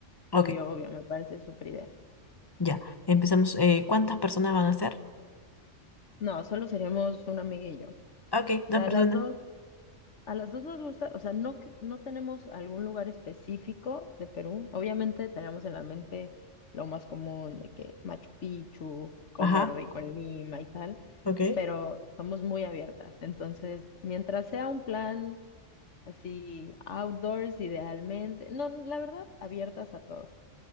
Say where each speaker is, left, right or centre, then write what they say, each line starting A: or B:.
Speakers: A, on the left; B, on the left.
A: Ok,
B: obvio, obvio, me parece súper idea.
A: ya. Empezamos. eh, ¿cuántas personas van a ser?
B: No, solo seríamos una amiga y yo. O
A: Ok, dos
B: sea,
A: personas.
B: a las dos, a las dos nos gusta, o sea, no, que- no tenemos algún lugar específico de Perú. Obviamente tenemos en la mente lo más común de que Machu Picchu, comer
A: Ajá,
B: rico en Lima y tal,
A: ok. <laughs>
B: pero somos muy abiertas. Entonces, mientras sea un plan así, outdoors idealmente, no, la verdad, abiertas a todo.